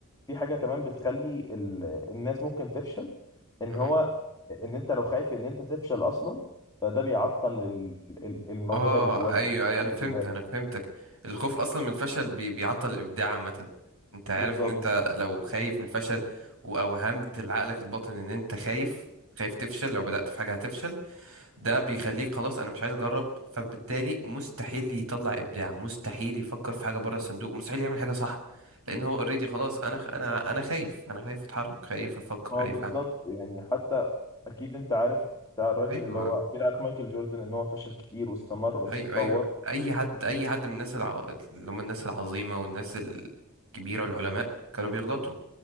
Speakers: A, on the left; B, on the right.
A: في حاجه كمان بتخلي ال... الناس ممكن تفشل ان
B: أم...
A: هو ان انت لو خايف ان انت تفشل اصلا فده بيعطل ال- ال- الموهبه
B: اه
A: اللي جواك
B: ايوه
A: او
B: ايوه انا
A: اللي
B: فهمت
A: جواك
B: انا فهمتك الخوف اصلا من الفشل بي بيعطل الابداع عامه انت عارف
A: بالظبط
B: ان انت لو خايف من الفشل واوهمت لعقلك الباطن ان انت خايف خايف تفشل لو بدأت في حاجه هتفشل ده بيخليك خلاص انا مش عايز اجرب فبالتالي مستحيل يطلع ابداع مستحيل يفكر في حاجه بره الصندوق مستحيل يعمل حاجه صح لان هو اوريدي خلاص انا خ- انا انا خايف انا خايف اتحرك خايف افكر
A: ما هو
B: خايف
A: بالظبط
B: اعمل
A: يعني حتى اكيد انت عارف بتاع الراجل
B: ايوه
A: اللي هو اكيد عارف مايكل جوردن ان هو فشل كتير واستمر بس
B: ايوه
A: اتطور
B: ايوه اي حد اي حد من الناس الع... اللي هم الناس العظيمه والناس الكبيره والعلماء كانوا بيغلطوا